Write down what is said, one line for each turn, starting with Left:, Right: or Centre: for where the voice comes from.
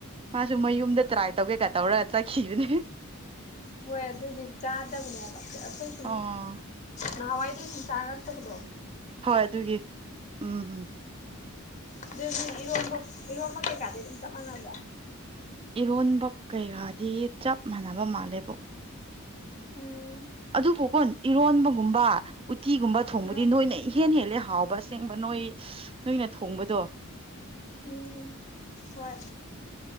Right: ꯃꯥꯁꯨ ꯃꯌꯨꯝꯗ ꯇ꯭ꯔꯥꯏ ꯇꯧꯒꯦꯀ ꯇꯧꯔꯒ ꯆꯠꯈꯤꯕꯅꯦ
Left: ꯍꯣꯏ ꯑꯗꯨꯗꯤ ꯆꯥꯗꯕꯅꯦꯕ ꯑꯈꯣꯏ ꯁꯨꯝ
Right: ꯑꯣ
Left: ꯅꯅꯥꯋꯥꯏꯗꯒꯤ ꯁꯨꯝ ꯆꯥꯔꯛ ꯇꯕꯗꯣ
Right: ꯍꯣꯏ ꯑꯗꯨꯒꯤ ꯎꯝ ꯎꯝ
Left: ꯑꯗꯨ ꯅꯣꯏ ꯏꯔꯣꯟꯝꯕ ꯏꯔꯣꯟꯝꯕ ꯀꯩꯀꯥꯗꯤ ꯑꯗꯨꯝ ꯆꯞ ꯃꯥꯟꯅꯕ꯭ꯔꯥ
Right: ꯏꯔꯣꯟꯕ ꯀꯩꯔꯥꯗꯤ ꯆꯞ ꯃꯥꯟꯅꯕ ꯃꯥꯜꯂꯦꯕꯣ
Left: ꯎꯝ
Right: ꯑꯗꯨꯕꯨ ꯀꯣꯟ ꯏꯔꯣꯟꯕꯒꯨꯝꯕ ꯎꯇꯤꯒꯨꯝꯕ ꯊꯣꯡꯕꯗꯤ
Left: ꯎꯝ
Right: ꯅꯣꯏꯅ ꯏꯍꯦꯟ ꯍꯦꯜꯂꯦ ꯍꯥꯎꯕ ꯑꯁꯦꯡꯕ ꯅꯣꯏ ꯅꯣꯏꯅ ꯊꯣꯡꯕꯗꯣ
Left: ꯎꯝ ꯍꯣꯏ